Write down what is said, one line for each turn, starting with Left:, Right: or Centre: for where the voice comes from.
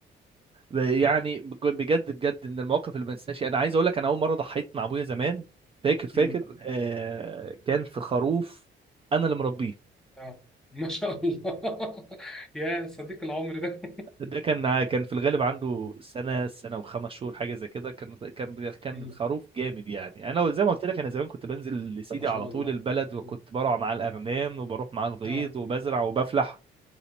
Right: يعني بجد بجد من المواقف اللي ما انساهاش انا عايز اقول لك انا اول مرة ضحيت مع ابويا زمان فاكر فاكر
Centre: مم.
Right: آه كان في خروف انا اللي مربيه
Centre: اه ما شاء الله <laughs> يا صديق العمر ده
Right: ده كان كان في الغالب عنده سنة سنة وخمس شهور حاجة زي كده كان كان كان
Centre: <laughs> مم.
Right: الخروف جامد يعني أنا زي ما قلت لك أنا زمان كنت بنزل لسيدي
Centre: ما شاء
Right: على طول
Centre: الله
Right: البلد وكنت
Centre: مم.
Right: بروح مع الأغنام وبروح مع الغيط
Centre: اه
Right: وبزرع وبفلح